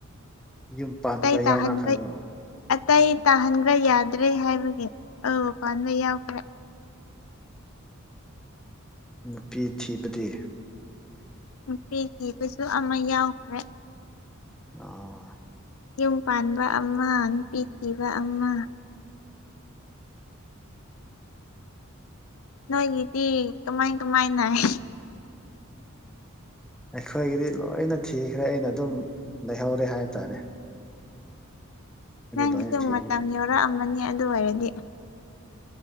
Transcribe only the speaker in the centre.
ꯌꯨꯝ ꯄꯥꯟꯕꯒ
ꯌꯥꯎꯅꯈ꯭ꯔꯕꯣ
ꯅꯨꯄꯤ ꯊꯤꯕꯗꯤ
ꯑꯣ
ꯑꯩꯈꯣꯏꯒꯤꯗꯤ ꯂꯣꯏꯅ ꯊꯤꯈ꯭ꯔꯦ ꯑꯩꯅ ꯑꯗꯨꯝ ꯂꯩꯍꯧꯔꯦ ꯍꯥꯏ ꯇꯔꯦ
ꯂꯣꯏꯅ
ꯊꯤꯈ꯭ꯔꯦ